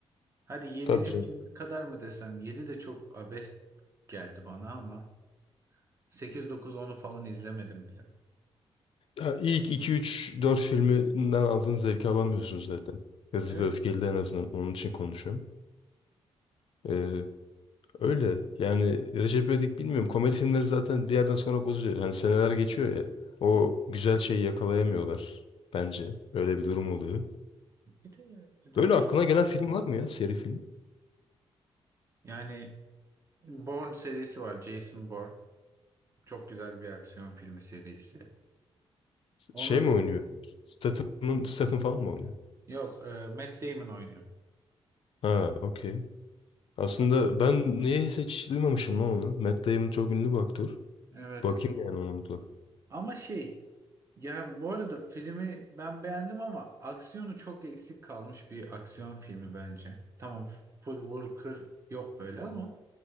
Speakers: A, on the right; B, on the left.
A: hadi yedinci
B: Tabii
A: filme
B: canım.
A: kadar mı desem? yedi de çok abest geldi bana ama. 8-9-10'u falan izlemedim bile.
B: Ya ilk 2, 3, 4 filminden aldığın zevki alamıyorsunuz zaten. Hızlı
A: Evet.
B: ve Öfkeli'de en azından. Onun için konuşuyorum. Ee, Öyle. Yani Recep İvedik bilmiyorum. Komedi filmleri zaten bir yerden sonra bozuyor. Hani seneler geçiyor ya. O
A: Hı.
B: güzel şeyi yakalayamıyorlar. Bence. Öyle bir durum oluyor.
A: Bir de do-
B: Böyle aklına
A: çok
B: gelen film var mı ya? Seri film.
A: yani Bourne serisi var. Jason Bourne. Çok güzel bir aksiyon filmi serisi. Onun
B: Şey mi oynuyor? Statham'ın, Statham falan mı oynuyor?
A: yok e, Matt Damon oynuyor.
B: Ha, okey. Aslında
A: A-
B: ben niye hiç duymamışım lan onu. Matt Damon çok ünlü bir aktör.
A: Evet.
B: Bakayım yani ona mutlaka.
A: Ama şey yani bu arada filmi ben beğendim ama aksiyonu çok eksik kalmış bir aksiyon filmi bence. Tamam full vur kır yok böyle ama